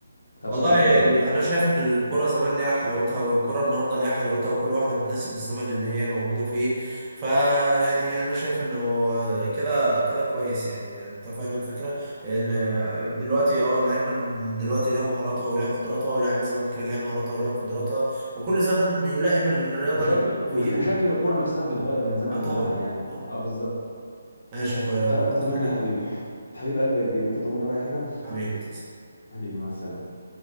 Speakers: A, on the left (about 70°); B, on the right (about 15°).
A: فبصراحه
B: والله
A: كان
B: ال- انا شايف ان الكرة زمان ليها حلاوتها والكرة النهارده ليها حلاوتها وكل واحدة بتناسب الزمن اللي هي موجودة فيه فيعني انا شايف انه كده كده كويس يعني انت فاهم الفكرة ان دلوقتي اه اللعيبة دلوقتي ليها مهاراتها وليها قدراتها واللعيبة زمان كان ليها مهاراتها وليها قدراتها وكل زمن بيلائم الرياضة
A: وشكل
B: اللي موجودة فيه
A: وش- وشكل
B: يعني
A: الكوره نفسها بيتغير من زمن
B: اه طبعا
A: لزمن يعني
B: طبعا
A: اه بالظبط
B: ماشي يا اخويا يلا
A: آه تمام
B: عايز حاجة
A: يا حبيبي حبيب قلبي يا كبير انت طمنا بأي حاجه
B: حبيبي تسلم
A: حبيبي مع السلامه